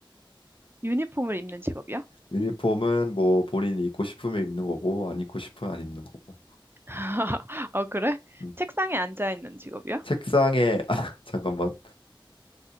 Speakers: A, on the right; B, on the left.
A: 유니폼을 입는 직업이야?
B: 유니폼은 뭐 본인이 입고 싶으면 입는 거고 안 입고 싶으면 안 입는 거고.
A: <laughs> 어, 그래?
B: 음.
A: 책상에 앉아 있는 직업이야?
B: 책상에 <laughs> 아, 잠깐만.